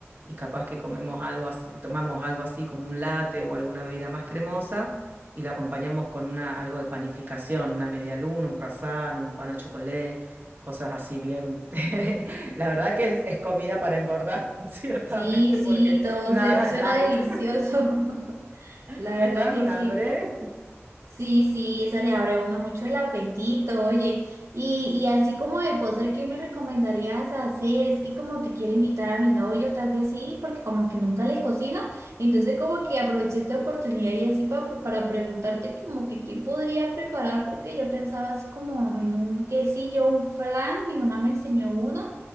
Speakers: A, on the right (about 45°); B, on the right (about 80°).
A: capaz que comemos algo así, tomamos algo así como un latte o alguna bebida más cremosa y la acompañamos con una, algo de panificación, una media luna, un croissant, un pan au chocolate, cosas así bien. <laughs> La verdad que es, es comida para engordar, <laughs> ciertamente,
B: Sí,
A: porque
B: sí, todo
A: nada
B: se- suena
A: es light.
B: delicioso. <laughs>
A: <laughs>
B: La verdad
A: Me está dando
B: que
A: un
B: sí.
A: hambre.
B: Sí, sí, eso le abre a uno mucho el apetito, oye. Y, y así como de postre, ¿qué me recomendarías hacer? Es que como que quiero invitar a mi novio, tal vez sí, porque como que nunca le cocino. Entonces como que aproveché esta oportunidad y así pa- para preguntarte como que qué podría preparar, porque yo pensaba así como en un quesillo, un flan, mi mamá me enseñó uno